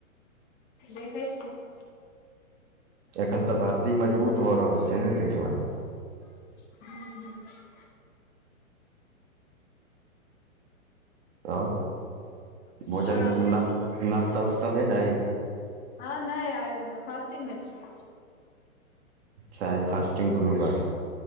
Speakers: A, on the left (about 20°); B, on the right (about 50°).
A: देखै छीयै
B: एखन तऽ भर्ती मजबूत भऽ रहल छै ने ताहि दुआरे
A: ह
B: ओ
A: आओर
B: भोजन
A: अपन
B: न नास्ता उस्ता भेलै
A: हँ नहि आइ मे फास्टिंग मे छि
B: चाय फास्टिंग गुरु बार